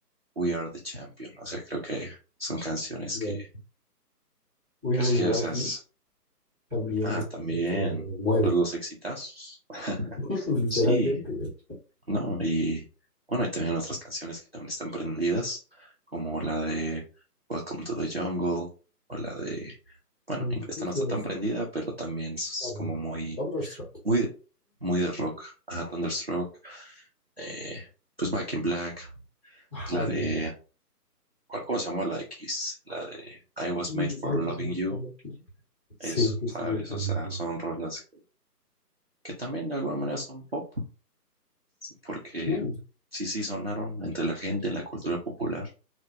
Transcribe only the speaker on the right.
We Are the Champion. O sea, creo que son canciones
que,
que
es que,
o sea,
es-
ah,
también,
pues los exitazos.
Sí,
no, y bueno, y también otras canciones que también están prendidas, como la de Welcome to the Jungle, o la de, bueno,
esta
no
está
tan
prendida, pero también es
como muy,
muy, muy de rock. Ajá, Thunderstruck, eh, pues Back in Black,
La de,
¿cuál, cómo se llama? La de Kiss, la de I Was
Made for
Loving
You.
Eso,
¿sabes?
O sea,
son rolas que también de alguna manera son pop, porque
sí, sí sonaron entre la gente, en la cultura popular,